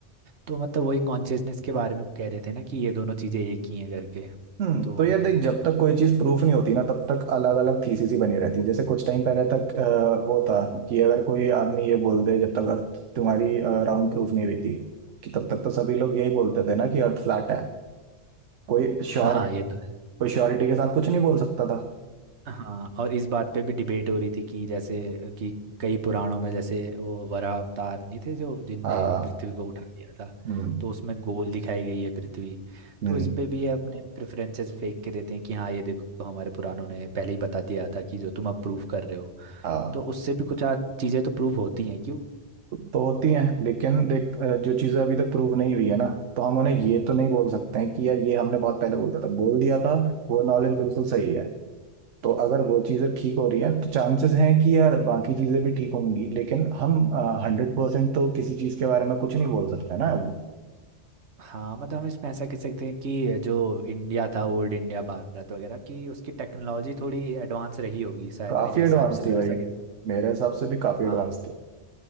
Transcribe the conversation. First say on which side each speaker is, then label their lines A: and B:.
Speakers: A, on the right; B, on the right.
A: तो मतलब वही कॉन्शियसनेस के बारे में कह रहे थे ना कि ये दोनों चीज़ें एक ही हैं करके
B: हम्म
A: तो
B: तो यार देख जब तक कोई चीज प्रूफ नहीं होती ना तब तक अलग अलग थीसिस ही बनी रहती है जैसे कुछ टाइम पहले तक अ, वो था कि अगर कोई आदमी ये बोल दे जब तक अर्थ तुम्हारी राउंड प्रूफ नहीं हुई थी कि तब तक तो सभी लोग यही बोलते थे ना कि अर्थ फ्लैट है कोई श्योर
A: हाँ ये तो है
B: कोई श्योरिटी के साथ कुछ नहीं बोल सकता था
A: हाँ और इस बात पे भी डिबेट हो रही थी कि जैसे कि कई पुराणों में जैसे वो वराह अवतार नहीं थे जो जिनने
B: हाँ
A: पृथ्वी को उठा लिया था
B: हम्म
A: तो उसमें गोल दिखाई गई है पृथ्वी
B: हम्म
A: तो इस पे भी ये अपने प्रेफरेंसेस फेंक के देते हैं कि हाँ ये देखो हमारे पुराणों ने पहले ही बता दिया था कि जो तुम अब प्रूफ कर रहे हो
B: हाँ
A: तो उससे भी कुछ चीज़ें तो प्रूफ होती हैं क्यों
B: तो होती है लेकिन देख अ, जो चीजें अभी तक प्रूव नहीं हुई है ना तो हम उन्हें ये तो नहीं बोल सकते हैं कि यार ये हमने बहुत पहले बोल दिया था बोल दिया था वो नॉलेज बिल्कुल सही है तो अगर वो चीज़ें ठीक हो रही हैं तो चांसेस हैं कि यार बाकी चीज़ें भी ठीक होंगी लेकिन हम हंड्रेड परसेंट तो किसी चीज़ के बारे में कुछ नहीं बोल सकते ना
A: हाँ मतलब हम इसमें ऐसा कह सकते हैं कि जो इंडिया था ओल्ड इंडिया भारत वगैरह की उसकी टेक्नोलॉजी थोड़ी एडवांस रही होगी शायद
B: काफ़ी
A: मेरे हिसाब
B: एडवांस
A: से तो
B: थी भाई
A: ऐसा कह
B: मेरे हिसाब से भी काफ़ी
A: हाँ
B: एडवांस थी